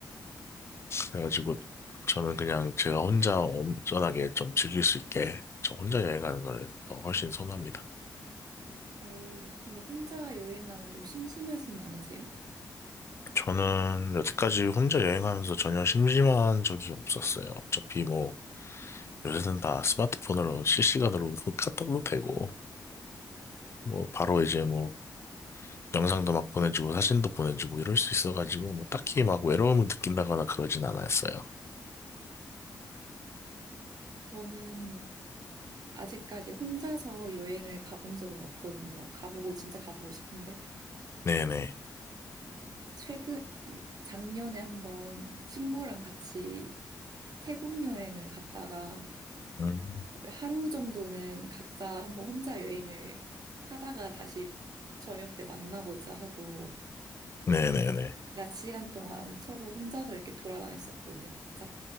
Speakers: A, on the left (about 35°); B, on the right (about 60°).
A: 그래가지고 저는 그냥 제가 혼자 온전하게 좀 즐길 수 있게 저 혼자 여행하는 걸 더 훨씬 선호합니다.
B: 어, 근데 혼자 여행하면 좀 심심하진 않으세요?
A: 저는 여태까지 혼자 여행하면서 전혀 심심한 적이 없었어요. 어차피 뭐, 요새는 다 스마트폰으로 실시간으로 <laughs> 카톡도 되고, 뭐, 바로 이제 뭐, 영상도 막 보내주고, 사진도 보내주고, 이럴 수 있어가지고, 뭐, 딱히 막 외로움을 느낀다거나 그러진 않았어요.
B: 저는 아직까지 혼자서 여행을 가본 적은 없거든요. 가보고 진짜 가보고 싶은데
A: 네네.
B: 최근 작년에 한번 친구랑 같이 태국 여행을 갔다가
A: 음,
B: 하루 정도는 각자 한번 혼자 여행을 하다가 다시 저녁 때 만나보자 하고
A: 네네네.
B: 낮 시간 동안 서로 혼자서 이렇게 돌아다녔었거든요, 각자.